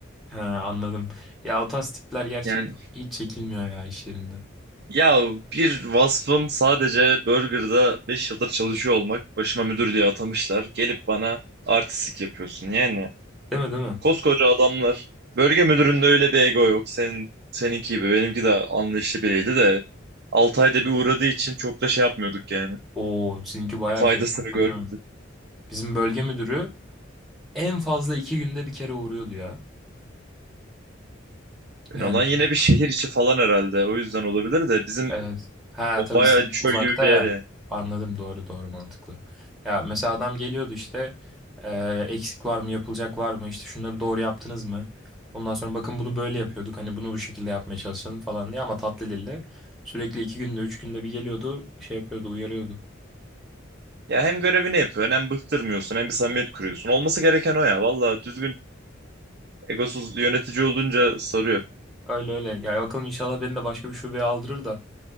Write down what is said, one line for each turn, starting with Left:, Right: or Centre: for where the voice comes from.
Centre: Ha, anladım. Ya o tarz tipler gerçekten
Right: Yani
Centre: hiç çekilmiyor ya iş yerinde.
Right: ya bir vasfın sadece burgerda 5 yıldır çalışıyor olmak başıma müdür diye atamışlar. Gelip bana artistik yapıyorsun. Yani
Centre: Değil mi değil mi?
Right: koskoca adamlar bölge müdüründe öyle bir ego yok. Senin seninki gibi benimki de anlayışlı biriydi de 6 ayda bir uğradığı için çok da şey yapmıyorduk yani.
Centre: Oo sizinki bayağı
Right: faydasını
Centre: şey patlatıyormuş.
Right: görmedim.
Centre: Bizim bölge müdürü en fazla iki günde bir kere uğruyordu ya. Yani
Right: Yani olan yine bir şehir içi falan herhalde. O yüzden olabilir de bizim
Centre: Evet. Ha tabii
Right: bayağı
Centre: siz
Right: çöl
Centre: uzakta
Right: gibi bir
Centre: ya.
Right: yer ya.
Centre: Anladım doğru doğru mantıklı. Ya mesela adam geliyordu işte e, eksik var mı yapılacak var mı işte şunları doğru yaptınız mı? Ondan sonra bakın bunu böyle yapıyorduk hani bunu bu şekilde yapmaya çalışalım falan diye ama tatlı dille sürekli iki günde üç günde bir geliyordu şey yapıyordu uyarıyordu.
Right: Ya hem görevini yapıyorsun hem bıktırmıyorsun hem bir samimiyet kuruyorsun. Olması gereken o ya. Valla düzgün egosuz yönetici olunca sarıyor.
Centre: Öyle öyle ya bakalım inşallah beni de başka bir şubeye aldırır da